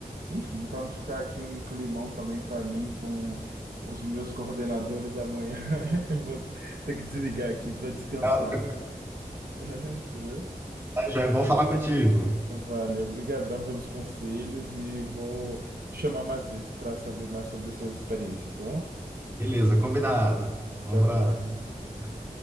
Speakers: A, on the right; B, on the right.
A: Enfim, para não ficar aqui um climão também para mim com os meus coordenadores amanhã, <laughs> eu vou ter que desligar aqui para descansar.
B: Ah,
A: <laughs> Viu?
B: Tá, joia, bom falar contigo.
A: Valeu, obrigadão pelos conselhos e vou te chamar mais vezes para saber mais sobre essas experiências, tá bom?
B: Beleza, combinado. Um
A: Tchau,
B: abraço.
A: tchau.
B: Tchau.